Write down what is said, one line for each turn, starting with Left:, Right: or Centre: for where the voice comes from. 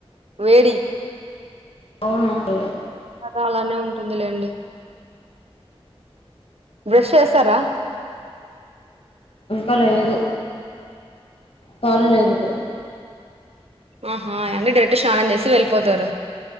Right: వేడి
Left: అవును మాక్కూడా
Right: చాలానే ఉంటుంది లేండి బ్రష్ చేస్తారా
Left: ఇంకా లేదు కాలి లేదు ఇక్కడ
Right: ఆహా అంటే డైరెక్ట్ స్నానం చేసి వెళ్ళిపోతారు